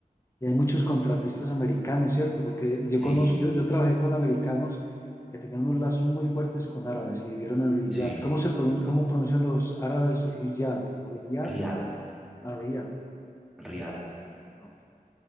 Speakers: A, on the left; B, in the centre.
A: Y hay muchos contratistas americanos, ¿cierto? Porque yo,
B: Sí,
A: conozco, yo, yo trabajé con americanos que tenían unos lazos muy fuertes con árabes y vivieron en Riyadh.
B: sí.
A: ¿Cómo se pronuncia, cómo pronuncian los árabes Riyadh? Riyadh?
B: Riad,
A: ¿O cómo? Ah, Riyadh.
B: Riad.
A: Ok.